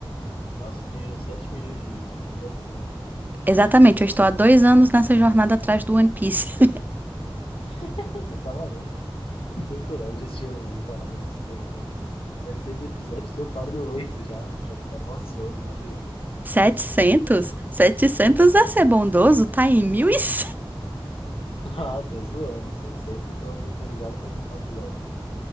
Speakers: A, on the left; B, on the right.
A: Nossa, tenho 7 milhões de, de episódios daí, né?
B: Exatamente, eu estou há dois anos nessa jornada atrás do One Piece.
A: <laughs> Você tá maluco? Eu não tenho coragem de assistir uma parada desse daí, não. 700 episódios, eu paro no 8 já, já me dá mó sono, mó liseira.
B: <laughs> 700, 700 é ser bondoso? Tá em 1.100.
A: <laughs> Ah, tá zoando, Setecentos, então me atualizaram faz uns 4 anos já.